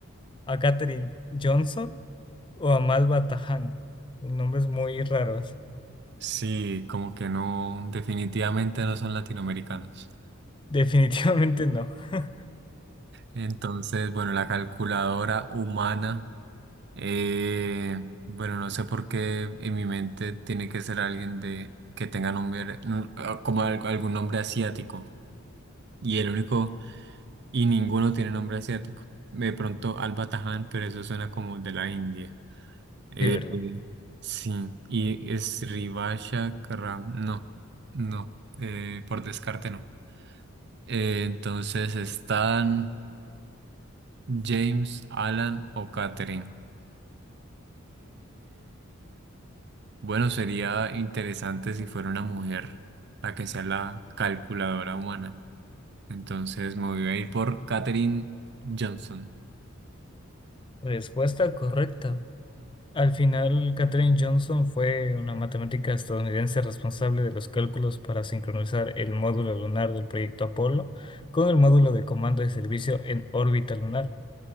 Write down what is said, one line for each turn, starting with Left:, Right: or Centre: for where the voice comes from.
Left: a Katherine Johnson o a Malva Tahan. Los nombres muy raros.
Right: Sí, como que no, definitivamente no son latinoamericanos.
Left: Definitivamente no. <laughs>
Right: Entonces, bueno, la calculadora humana Eh, bueno, no sé por qué en mi mente tiene que ser alguien de que tenga nombre mm, ah, como al- algún nombre asiático. Y el único, y ninguno tiene nombre asiático. De pronto Alba Taján, pero eso suena como de la India. Eh,
Left: Sí, ¿verdad?
Right: sí, y es Rivasha Karam. No, no, eh, por descarte no. Eh, entonces están James, Alan o Catherine. Bueno, sería interesante si fuera una mujer, la que sea la calculadora humana. Entonces me voy a ir por Katherine Johnson.
Left: Respuesta correcta. Al final, Katherine Johnson fue una matemática estadounidense responsable de los cálculos para sincronizar el módulo lunar del proyecto Apolo con el módulo de comando de servicio en órbita lunar.